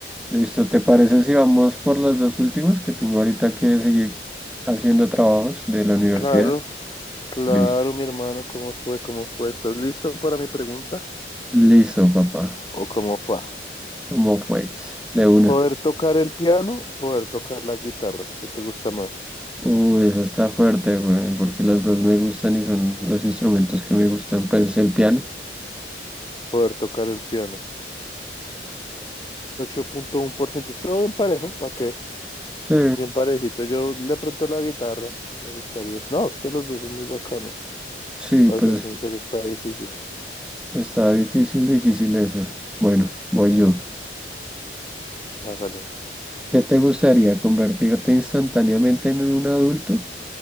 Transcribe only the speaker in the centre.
Listo, ¿te parece si vamos por las dos últimas que tengo ahorita que seguir haciendo trabajos de la universidad?
Listo.
Listo, papá.
¿Cómo fue? De una.
Uy, esa está fuerte, güey, porque las dos me gustan y son los instrumentos que me gustan. Pues el piano.
Sí,
sí,
pues
está difícil, difícil esa. Bueno, voy yo.
¿Qué te gustaría? ¿Convertirte instantáneamente en un adulto